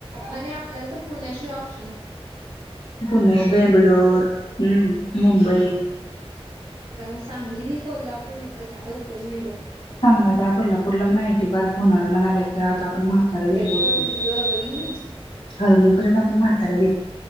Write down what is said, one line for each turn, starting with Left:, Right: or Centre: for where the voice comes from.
Right: आणि आपल्याला तर पुण्याशिवाय ऑपश
Left: पुणे, बेंगलोर हमम मुंबई.
Right: अ सांगली, कोल्हापूर इकडं काय उपयोग नाही बघ.
Left: सांग ना आता कोल्हापुरला पण आयटी पार्क होणार म्हणाल्यात खर आ- आता आपण म्हातारव्हील
Right: लय
Left: तोपर्यंत
Right: बरं होईल ग बाई
Left: <unintelligible> पर्यंत आपण म्हातार व्हील.